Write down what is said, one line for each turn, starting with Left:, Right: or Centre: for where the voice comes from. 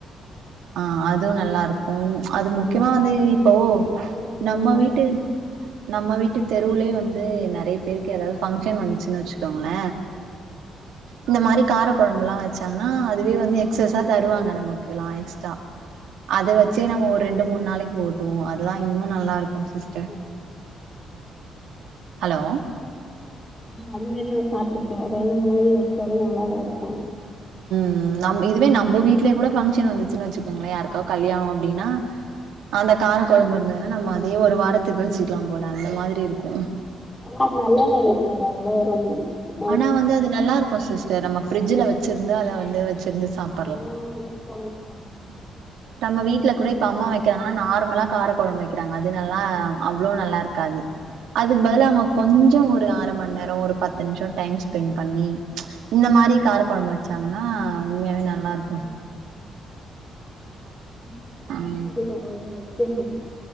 Right: ஆ அதுவு நல்லா இருக்கும் ம் அது முக்கியமா
Left: இந்த
Right: வந்து
Left: வடக
Right: இப்போ
Left: வத்தல் இன்னொ இன்னொன்னு
Right: நம்ம
Left: இருக்கு
Right: வீட்டு
Left: அது
Right: நம்ம வீட்டு தெருவுலயே வந்து நெறைய பேருக்கு ஏதாவது ஃபஃங்க்ஷன் வந்துச்சுன்னு வச்சுக்கோங்கள இந்த மாதிரி காரக்குழம்புல்லா வச்சாங்கன்னா அதுவே வந்து எக்ஸஸா தருவாங்க நமக்கு எல்லா எக்ஸ்ட்ரா அது வச்சே நம்ம ஒரு ரெண்டு மூணு நாளைக்கு வோட்டுவோ அதெல்லா இன்னு நல்லா இருக்கும் சிஸ்டர்
Left: <unintelligible>
Right: ஹலோ
Left: ம்ம் அதுமாரியு சாப்டுருக்க ரெண்டு மூணு நாள் வச்சாலு நல்லா தா இருக்கும்
Right: ம் நம் இதுவே நம்ப வீ்ட்ல கூட ஃபங்க்ஷன் வந்துச்சுன்னா வச்சுக்கோங்களே யாருக்கோ கல்யாண அப்டின்னா அந்த கார குழம்பு இருந்ததுன்னா நம்ம அதே ஒரு வாரத்துக்கு வச்சுக்கலா போல அந்த மாதிரி இருக்கும்
Left: ஆனா அது நல்ல எண்ணெயில செய்றாங்கள்ல <unintelligible>
Right: ஆனா வந்து அது நல்லா இருக்கும் சிஸ்டர் நம்ம ஃப்ரிட்ல வச்சிருந்தா அத வந்து வச்சிருந்து சாப்
Left: ஓ சேர்ப்பா <unintelligible>
Right: நம்ம வீட்டுல கூட இப்ப அம்மா வைக்கிறாங்கன்னா நார்மலா கார குழம்பு வைக்கிறாங்க அது நல்லா அவ்ளோ நல்லா இருக்காது அதுக்கு பதில்லா அவங்க கொஞ்சோ ஒரு அர ம நேர ஒரு பத்து நிமிஷ டைம் ஸ்பெண்ட் பண்ணி இந்த மாதிரி கார குழம்பு வச்சாங்கன்னா உண்மையாவே நல்லா இருக்கும்
Left: ம்ம் ஆமா ஆமா <unintelligible> டைம்
Right: ஆ
Left: எடுக்கு வைக்கிறதுக்கு